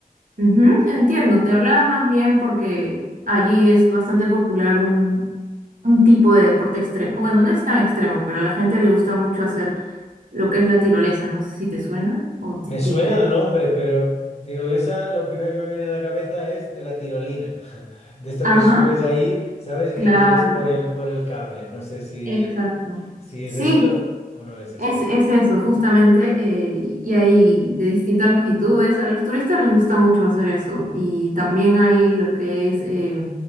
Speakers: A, on the right; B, on the left.
A: Ujú, entiendo, te hablaba más bien porque allí es bastante popular un, un tipo de deporte extremo. Bueno, no es tan extremo, pero a la gente le gusta mucho hacer lo que es la tirolesa. No sé si te suena o te
B: Me
A: explico.
B: suena el nombre, pero tirolesa, lo primero que me viene a la cabeza es de la tirolina. <laughs> De esto
A: Ajá,
B: que subes ahí, ¿sabes? Y
A: claro,
B: te tiras por el, por el cable. No sé si,
A: exacto.
B: si
A: Sí,
B: es esto o no es esto.
A: Es, es eso, justamente, eh, y hay de distintas longitudes. A los turistas les gusta mucho hacer eso. Y también hay lo que es eh,